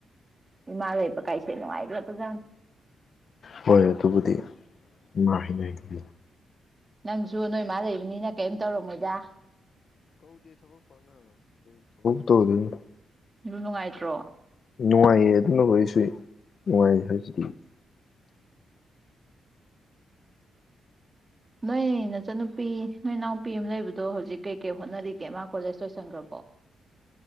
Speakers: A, on the right (about 30°); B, on the left (about 55°).
A: ꯏꯃꯥ ꯂꯩꯕ ꯀꯥꯏꯁꯦ ꯅꯨꯡꯉꯥꯏꯈ꯭ꯔ ꯐꯖꯥꯅꯤ
B: ꯍꯣꯏ ꯑꯗꯨꯕꯨꯗꯤ ꯃꯥ ꯍꯥꯏꯅꯔꯤ
A: ꯅꯪꯁꯨ ꯅꯣꯏ ꯏꯃꯥ ꯂꯩꯕꯅꯤꯅ ꯀꯔꯤꯝ ꯇꯧꯔꯝꯃꯣꯏꯗ
B: ꯇꯣ ꯑꯗꯨ
A: ꯑꯗꯨ ꯅꯨꯡꯉꯥꯏꯇ꯭ꯔꯣ
B: ꯅꯨꯡꯉꯥꯏꯌꯦ ꯑꯗꯨꯅ ꯀꯣꯏꯁ ꯋꯥꯏ ꯍꯖꯗꯤ
A: ꯅꯣꯏ ꯅꯆꯟꯅꯨꯄꯤ ꯅꯣꯏ ꯏꯅꯥꯎꯄꯤ ꯑꯃ ꯂꯩꯕꯗꯣ ꯍꯧꯖꯤꯛ ꯀꯩꯀꯩ ꯍꯣꯠꯅꯔꯤꯒꯦ ꯃꯥ ꯀꯣꯂꯦꯖ ꯂꯣꯏꯁꯟꯈ꯭ꯔꯕꯣ